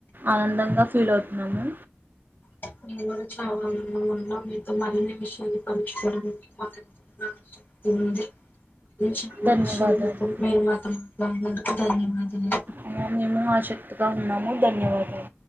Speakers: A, on the right (about 45°); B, on the left (about 45°).
A: ఆనందంగా ఫీల్ అవుతున్నాము
B: <unintelligible> చాలాలన్నాన్నా మీతో మరిన్ని విషయాన్ని పలుంచుకోవడానికి మాకెంతో ఆసక్తి ఉంది చాలా
A: ధన్యవాదాలు
B: విషయాలు మీరు మాతో మాట్లాడినందుకు ధన్యవాదాలు
A: అలా మేము ఆసక్తిగా ఉన్నాము ధన్యవాదాలు